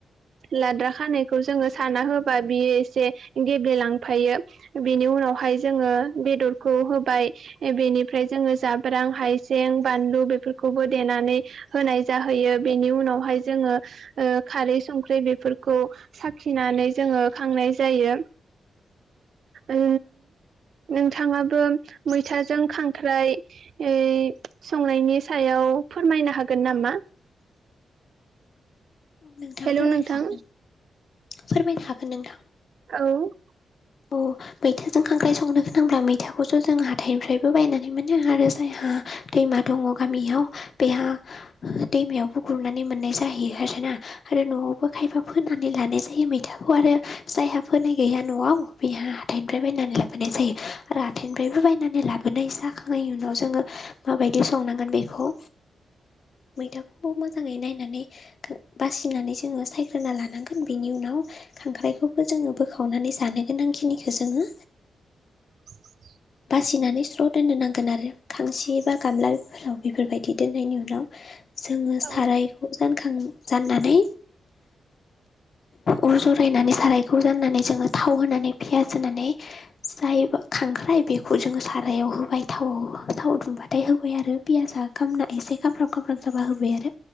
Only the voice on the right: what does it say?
लाद्रा खानायखौ जोङो साना होबा बियो एसे गेब्लेलांफायो। बिनि उनावहाय जोङो बेदरखौ होबाय बेनिफ्राय जोङो जाब्रां हायजें बानलु बेफोरखौबो देनानै होनाय जाहैयो बेनि उनावहाय जोङो ओ खारै संख्रि बेफोरखौ साखिनानै जोङो खांनाय जायो। ओ नोंथाङाबो मैथाजों खांख्राइ ओय संनायनि सायाव फोरमायनो हागोन नामा?
हेलौ
नोंथां
औ। <inaudible>
अ
औ